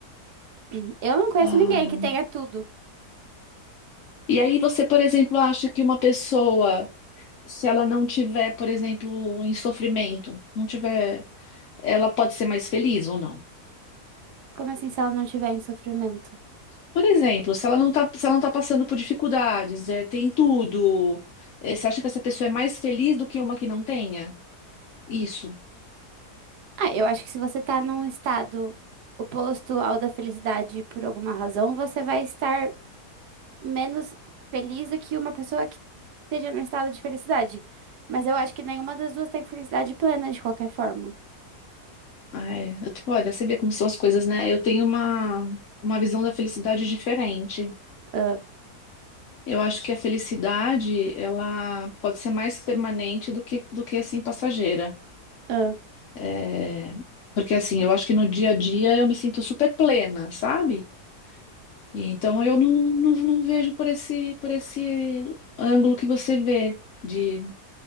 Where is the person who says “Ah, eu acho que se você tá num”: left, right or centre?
Right